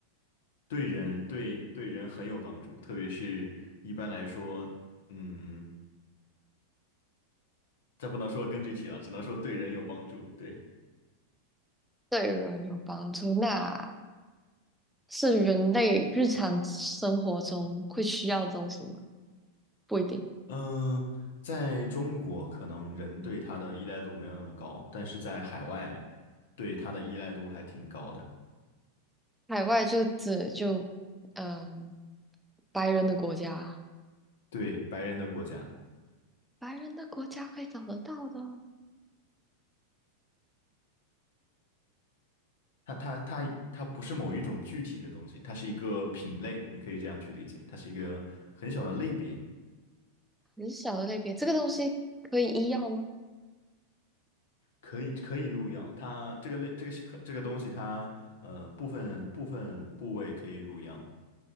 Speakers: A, on the left; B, in the centre.
A: 对人，对对人很有帮助，特别是一般来说，嗯，再不能说更具体了，只能说对人有帮助。对，
B: 对人有帮助，那是人类日常生活中会需要的东西吗？不一定。
A: 嗯，在中国可能人对它的依赖度没有那么高，但是在海外对它的依赖度还挺高的，
B: 海外就指就嗯，白人的国家，
A: 对白人的国家。
B: 白人的国家可以找得到的
A: 它它它它不是某一种具体的东西，它是一个品类，你可以这样去理解，它是一个很小的类别，
B: 很小的类别。这个东西可以医药吗？
A: 可以可以入药。它这个类这个这个东西它，呃部分部分部位可以入药，